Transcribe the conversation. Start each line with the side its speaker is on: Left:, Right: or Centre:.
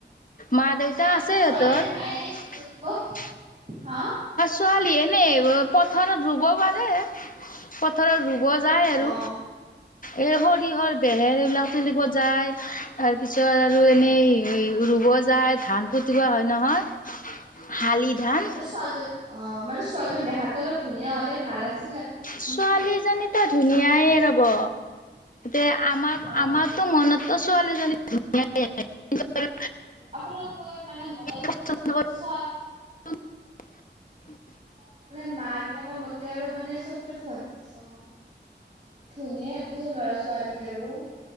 Left: মা দেউতা
Right: আপোনাৰ
Left: আছে
Right: ছোৱালী
Left: এতৰ
Right: এনে
Left: <unintelligible>
Right: পাৰে নে খেতি কৰিব? হা
Left: ছোৱালী এনে পথাৰত ৰুব পাৰে পথাৰত ৰুব <unintelligible> ব যায় আৰু
Right: অ
Left: এই সৰিয়হৰ বেহেৰ এইবিলাক তুলিব যায় <unintelligible> তাৰপিছত আৰু এনেই
Right: অ
Left: ৰুব যায়, ধান পুতিব হয় নহয় শালি ধান
Right: আৰু ছোৱজনী অ মানে ছোৱালজনী দেখাতটো অলপ ধুনীয়া হলে ভাল আছে।
Left: ছোৱালীজনীতা ধুনীয়াইে আৰু এ আমাৰ
Right: অ
Left: আমাৰতো মনতো ছোৱালীজনী। উম <unintelligible>
Right: আপোনালোকৰ মানে মনত
Left: পচন্দ
Right: চব চোৱা।
Left: <inaudible>
Right: অঁ মানে মাঁ- দেউতাক ৰ মতে আৰু মানে চব চ অঁ ধুনীয়া আৰু চব ল'ৰা ছোৱালী আৰু